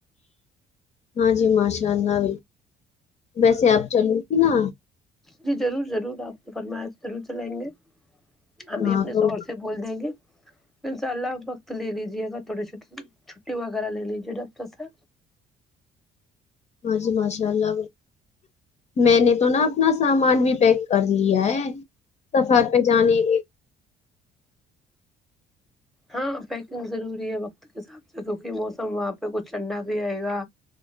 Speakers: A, on the left; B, in the centre.
A: ہاں جی ماشاء اللہ بالکل ویسے آپ چلی تھی نا
B: جی ضرور ضرور آپ نے فرما ضرور چلائیں گے ہم بھی
A: ہاں
B: اپنے
A: تو
B: شوہر سے بول دیں گے ان شاء اللہ وقت لے لیجیے گا تھوڑی سی چھٹ چھٹی وغیرہ لے لیجیے ڈاکٹر سے
A: ہاں جی ماشاء اللہ بالکل میں نے تو نا اپنا سامان بھی پیک کر لیا ہے سفر پہ جانے گے
B: ہاں پیکنگ ضروری ہے وقت کے حساب سے کیونکہ موسم وہاں پہ کچھ ٹھنڈا بھی آئے گا